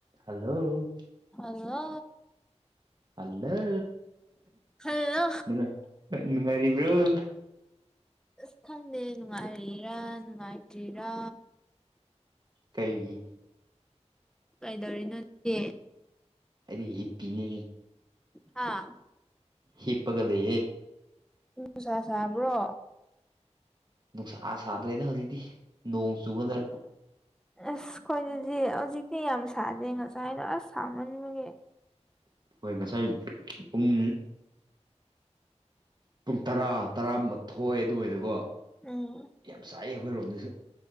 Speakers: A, on the right (about 40°); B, in the centre.
A: Hello
B: ꯑꯉꯣ
A: hello
B: hello
A: ꯅꯪ ꯅꯨꯡꯉꯥꯏꯔꯤꯕꯔꯣ꯫
B: ꯑꯁ ꯈꯪꯗꯦ ꯅꯨꯡꯉꯥꯏꯔꯤꯔꯥ ꯅꯨꯡꯉꯥꯏꯇ꯭ꯔꯤꯔꯥ
A: ꯀꯩꯒꯤ
B: ꯀꯩꯗꯧꯔꯤꯅꯣꯠꯇꯦ
A: ꯑꯗꯤ ꯍ ꯄꯅꯦ
B: ꯍꯥꯥ
A: ꯍꯤꯄꯒꯂꯦ
B: ꯎꯅꯨꯡꯁꯥ ꯁꯥꯕ꯭ꯔꯣ
A: ꯅꯨꯡꯁꯥ ꯁꯥꯗ꯭ꯔꯦꯗ ꯍꯧꯖꯤꯛꯇꯤ ꯅꯣꯡ ꯆꯨꯒꯗ꯭ꯔꯦ
B: ꯑꯁ ꯈꯈꯣꯏꯗꯗꯤ ꯍꯧꯖꯤꯛꯇꯤ ꯌꯥꯝ ꯁꯥꯗꯦ ꯉꯁꯥꯏ ꯍꯥꯏꯅꯣ ꯑꯁ ꯊꯃꯟꯕꯒꯤ
A: ꯍꯣꯏ ꯉꯁꯥꯏ ꯄꯨꯡ ꯄꯨꯡ ꯇꯔꯥ ꯇꯔꯥꯊꯣꯏꯑ ꯑꯗꯨꯋꯥꯏꯗꯀꯣ
B: ꯎꯝ
A: ꯌꯥꯝ ꯁꯥꯏꯌꯦ ꯑꯩꯈꯣꯏꯔꯣꯝꯗꯁꯨ